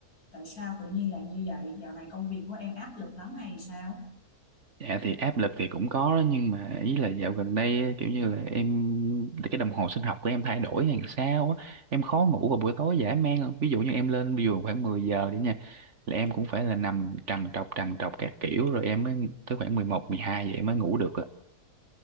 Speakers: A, on the left; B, on the right.
A: tại sao tự nhiên lại như vậy? Dạo này công việc của em áp lực lắm hay sao?
B: Dạ thì áp lực thì cũng có đó nhưng mà ý là dạo gần đây á, kiểu như là em cái đồng hồ sinh học của em thay đổi hay làm sao á. Em khó ngủ vào buổi tối dã man. Ví dụ như em lên giường khoảng 10 giờ đi nha là em cũng phải là nằm trằn trọc trằn trọc các kiểu rồi em mới tới khoảng 11 12 vậy mới ngủ được